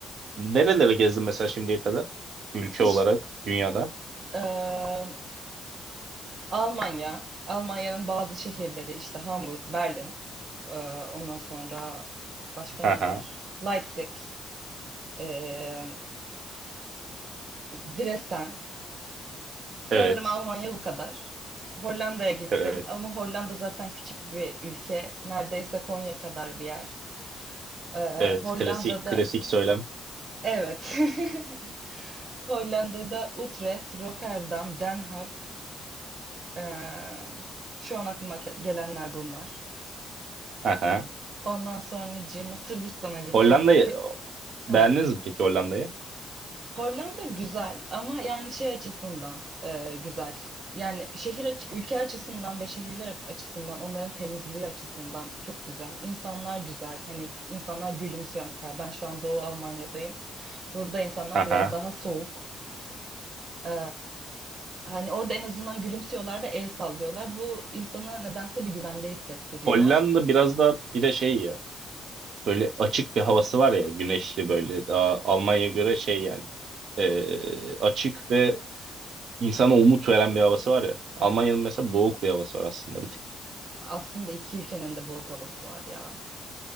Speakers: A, on the right (about 70°); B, on the right (about 45°).
A: Nerelere gezdin mesela şimdiye kadar? Ülke
B: İş
A: olarak dünyada.
B: e, Almanya, Almanya'nın bazı şehirleri işte Hamburg, Berlin, e, ondan sonra başka
A: Aha,
B: ne var? Leipzig, e, Dresden. Sanırım
A: evet.
B: Almanya bu kadar. Hollanda'ya gittim
A: Evet.
B: ama Hollanda zaten küçük bir ülke. Neredeyse Konya kadar bir yer. Ee,
A: Evet.
B: Hollanda'da
A: Klasik klasik söylem.
B: evet. <laughs> Hollanda'da Utrecht, Rotterdam, Den Haag. ee, şu an aklıma ke- gelenler bunlar.
A: Aha.
B: Ondan sonracığıma Sırbistan'a gittim.
A: Hollanda'yı
B: Kı- Ha.
A: beğendiniz mi peki Hollanda'yı?
B: Hollanda güzel ama yani şey açısından e, güzel. Yani şehir aç- ülke açısından ve şehirler açısından onların temizliği açısından çok güzel. İnsanlar güzel. Hani insanlar gülümsüyor mesela. Ben şu an Doğu Almanya'dayım. Burada insanlar
A: Aha.
B: biraz daha soğuk. Ee, hani orada en azından gülümsüyorlar ve el sallıyorlar. Bu insana nedense bir güvende hissettiriyor.
A: Hollanda biraz da bir de şey ya. Böyle açık bir havası var ya, güneşli böyle. Daha Almanya'ya göre şey yani. Ee, açık ve insana umut veren bir havası var ya. Almanya'nın mesela boğuk bir havası var aslında. Bir
B: Aslında iki ülkenin de boğuk havası var ya.